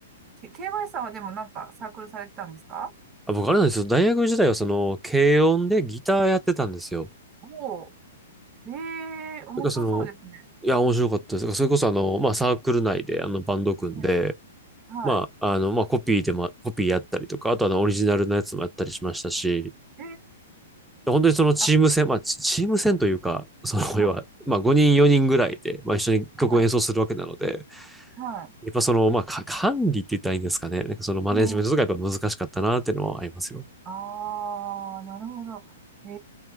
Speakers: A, on the right; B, in the centre.
A: K- y さんはでもなんかサークルされてたんですか
B: あ、僕あれなんですよ。大学時代はその、軽音でギターやってたんですよ。
A: おおー、ええ面白そうですね。
B: だからその、いや、面白かったです。それこそあの、まあサークル内であのバンド組んで、
A: ね、は
B: まあ、あの、まあコピーでも、コピーやったりとか、あとあのオリジナルのやつもやったりしましたし、
A: い。え、
B: 本当にそのチーム戦、
A: あ、
B: まあチチーム戦というか、その、
A: はい、
B: 要は、まあ5人4人ぐらいで、まあ一緒に曲を演奏するわけなので、
A: はい、は
B: やっぱその、まあ、か管理って言ったらいいんですかね。なんかそのマネジメントとかやっぱ難しかったなっていうのはありますよ。
A: い。ええああなるほど。え